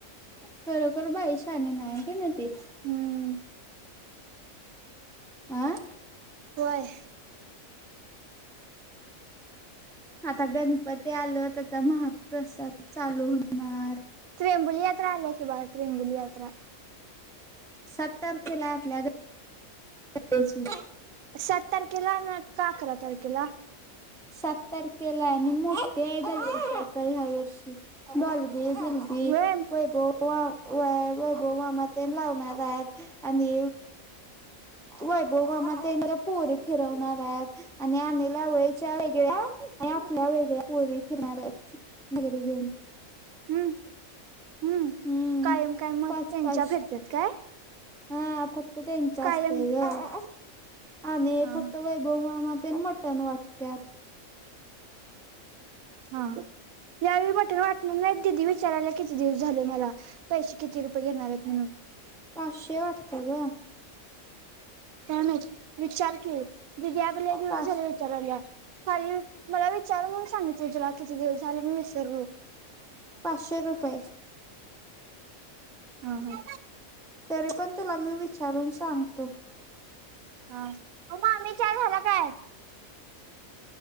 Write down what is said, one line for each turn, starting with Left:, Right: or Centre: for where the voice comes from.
Centre: खरोखर बाई शहाणी नाय हाय काय नाय ते.
Right: हम्म.
Centre: आं
Right: व्हय.
Centre: आता गणपती आलं तर त्या महाप्रसाद चालू होणार.
Right: त्रिंबुली यात्रा आल्या की बाहेर त्रिंबुली यात्रा.
Centre: सात तारखेला आपल्या. <unintelligible>
Right: सात तारखेला म का अकरा तारखेला?
Centre: सात तारखेला आणि मोठे आहे <unintelligible> ह्या वर्षी बॉल बी बिल ती
Right: व्हय
Centre: वैभव वाव वैभव बो मामातेन लावणार आहेत आणि वैभव मामा तेन त्या पोरी फिरवणार आहेत. आणि आनेल्या वेळेच्या वेगळ्या आणि आपल्या वेगळ्या पोरी फिरणाऱ्यात. <unintelligible> घेऊन.
Right: हम्म हम्म
Centre: हम्म
Right: कायम काय मत
Centre: पाच
Right: त्यांच्या
Centre: पाच
Right: फिरत्यात काय.
Centre: हा फक्त त्यांच असतंय
Right: कायम
Centre: गं. आणि
Right: हा
Centre: फक्त वैभव मामा आणि ते मटण वाटत्यात.
Right: हां यावेळी मटण वाटणार नाहीत. दिदी विचारायला किती दिवस झाले मला. पैसे किती रुपये घेणार आहेत म्हणून.
Centre: पाचशे वाटतं गं.
Right: काय माहित विचार की दिदि आगं लै दिवस
Centre: पाच
Right: झाल विचाराल्या. खाली मला विचार म्हणून सांगितलं तुला किती दिवस झाले मी विसरलो.
Centre: पाचशे रुपये
Right: हा हा.
Centre: तरी पण तुला मी विचारून सांगतो.
Right: हा मामी चा घरात हाय.